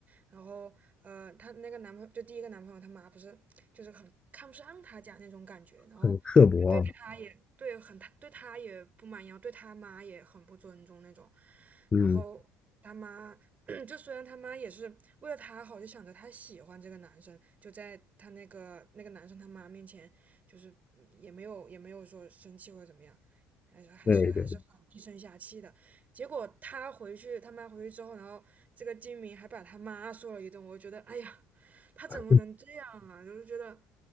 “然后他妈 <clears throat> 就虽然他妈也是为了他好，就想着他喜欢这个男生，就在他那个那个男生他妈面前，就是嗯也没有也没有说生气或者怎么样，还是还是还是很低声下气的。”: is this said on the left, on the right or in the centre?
Right